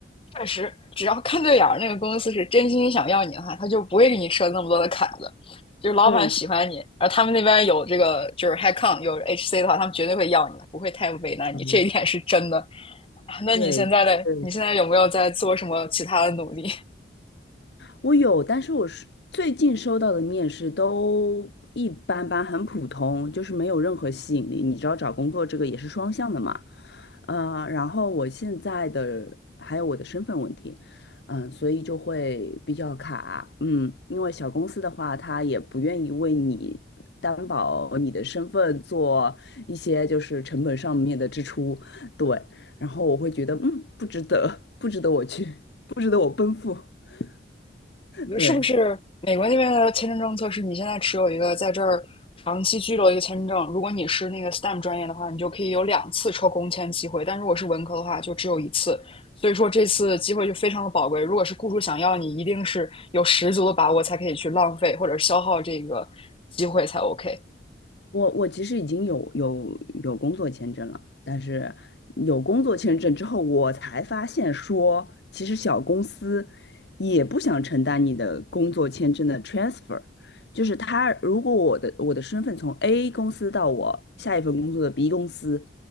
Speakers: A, on the left; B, on the left.
A: 确实，只要看对眼儿，那个公司是真心想要你的话，他就不会给你设那么多的坎子。就是老板喜欢你，
B: 对，就
A: 而他们那边有这个就是 HiCon 有 HC 的话，他们绝对会要你的，不会太为难你，
B: 嗯，
A: 这一点是真的。啊那你现在的你现在有没有在做什么其他的努力？
B: 对，对，我有，但是我是最近收到的面试都一般般，很普通，就是没有任何吸引力。你知道找工作这个也是双向的嘛，嗯，然后我现在的还有我的身份问题，嗯、所以就会比较卡，嗯，因为小公司的话，他也不愿意为你担保你的身份做一些就是成本上面的支出，对，然后我会觉得，嗯，不值得，不值得我去，不值得我奔赴，<laughs> 对。
A: 是不是美国那边的签证政策是你现在持有一个在这儿长期居留的一个签证，如果你是那个 STEM 专业的话，你就可以有两次抽工签机会，但如果是文科的话，就只有一次。所以说这次机会就非常的宝贵，如果是雇主想要你，一定是有十足的把握才可以去浪费或者消耗这个机会才 OK。
B: 我我其实已经有有有工作签证了，但是有工作签证之后，我才发现说，其实小公司也不想承担你的工作签证的 transfer，就是他如果我的我的身份从 A 公司到我下一份工作的 B 公司，